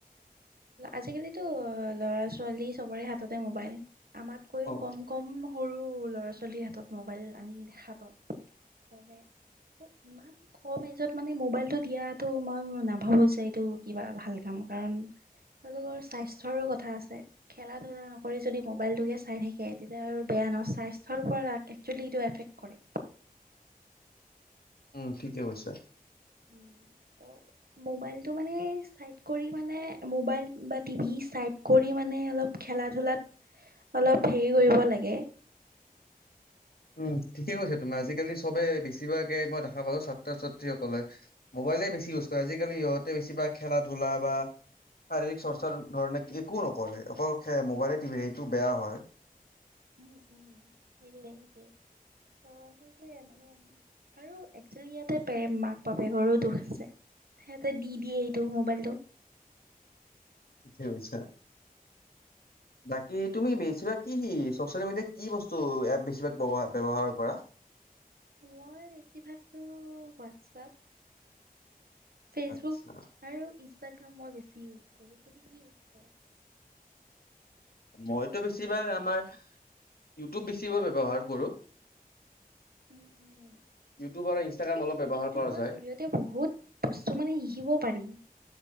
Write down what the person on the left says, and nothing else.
অ',
উম ঠিকেই কৈছা
উম ঠিকে কৈছা তুমি আজিকালি চবে বেছিভাকে মই দেখা পালো ছাত্ৰ ছাত্ৰীসকলে মোবাইলে বেছি ইউজ কৰে আজিকি ইহতে বেছিভাগ খেলা ধূলা বা শাৰীৰিক চৰ্চাৰ ধৰণে একো নকৰে অকল সে মোবাইলে সেইটো বেয়া হয়
ঠিকে কৈছা
বাকী তুমি বেছিভাগ কি সি ছ'চিয়েল মিডিয়াত কি বস্তু এপ বেছিভাগ ব্যৱহাৰ কৰা
আচ্ছা।
মইতো বেছিভাগ আমাৰ ইউটিউব বেছিকে ব্যৱহাৰ কৰো।
ইউটিউব আৰু
ইনষ্টাগ্ৰাম
অলপ
ব্যৱহাৰ কৰা যায়।